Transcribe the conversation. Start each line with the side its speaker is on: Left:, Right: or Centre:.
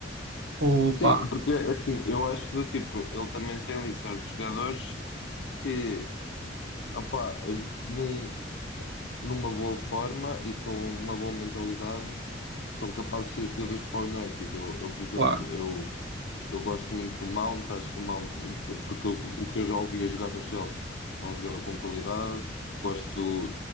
Right: Ou pá,
Left: Sim, porque assim, eu acho que do tipo, ele também tem ali certos jogadores que opá, aj- não numa boa forma e com uma boa mentalidade, são capazes de ser jogadores para o United. Eu, eu, por exemplo,
Right: claro.
Left: eu, eu gosto muito do Mount, acho que o Mount, porque o, o que eu já ouvi a jogar no Chelsea é um jogador com qualidade, gosto do,